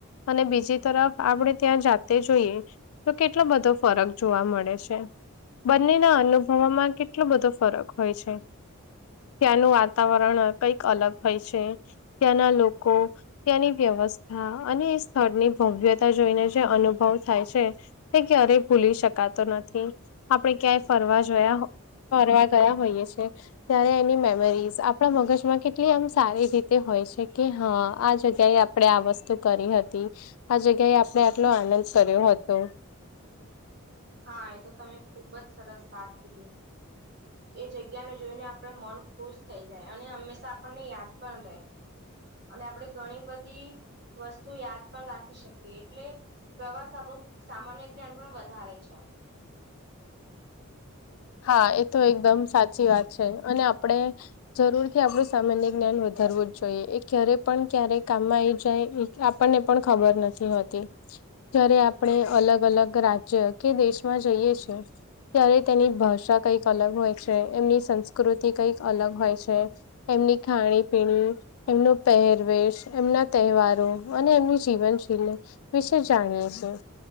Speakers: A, on the left; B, on the right.
A: અને બીજી તરફ આપણે ત્યાં જાતે જોઈએ. તો કેટલો બધો ફરક જોવા મળે છે બંનેના અનુ થવામાં કેટલો બધો ફરક હોય છે. ત્યાંનું વાતાવરણ કંઈક અલગ હોય છે ત્યાંના લોકો ત્યાંની વ્યવસ્થા અને એ સ્થળની ભવ્યતા જોઈને જે અનુભવ થાય છે. કે અરે ભૂલી શકાતો નથી આપડે ક્યાંય ફરવા જોયા ફરવા ગયા હોઈએ છે. ત્યારે એની મેમરીઝ આપણા મગજમાં કેટલી આમ સારી રીતે હોય છે કે હા આ જગ્યાએ આપણે આ વસ્તુ કરી હતી આ જગ્યાએ આપણે આટલો આનંદ કર્યો હતો.
B: હા એ તો તમે ખુબ જ સરસ વાત કીધી એ જગ્યાને જોઈને આપણે મન ખુશ થઈ જાય અને હંમેશા આપણને યાદ પણ રહે અને આપણે ઘણી બધી વસ્તુ યાદ પણ રાખી શકીએ એટલે પ્રવાસ આપણું સામાન્ય જ્ઞાન પણ વધારે છે.
A: હા એ તો એકદમ સાચી વાત છે અને આપડે જરૂર થી આપડું સામાન્ય જ્ઞાન વધારવું જ જોઈએ એ ક્યારે પણ ક્યારેય કામમાં આવી જાય ને આપણને પણ ખબર નથી હોતી જયારે આપડે અલગ અલગ રાજ્ય દેશમાં જઈએ છીએ ત્યારે તેની ભાષા કઈક અલગ હોય છે એમની સંસ્કૃતિ કઈક અલગ હોય છે. એમની ખાણી પીણી એમનો પહેરવેશ એમના તહેવારો અને એમની જીવનશૈલી વિશે જાણીએ છીએ.